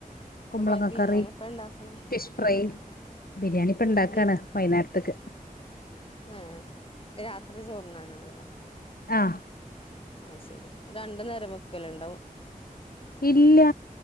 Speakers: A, on the left; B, on the left.
A: ഇപ്പൊ
B: കുമ്പളങ്ങ
A: ബിരിയാണി
B: കറി,
A: എപ്പ ഉണ്ടാക്കണെ
B: ഫിഷ് ഫ്രൈ, ബിരിയാണി ഇപ്പൊണ്ടാക്കാണ്.
A: ബി
B: വൈന്നാരത്ത്ക്ക്.
A: ഏഹ് രാത്രി ചോർന്നാനുള്ളതോ.
B: ആഹ്.
A: അഹ് ശെരി രണ്ട് നേരം വെക്കല്ണ്ടാവും.
B: ഇല്ല്യ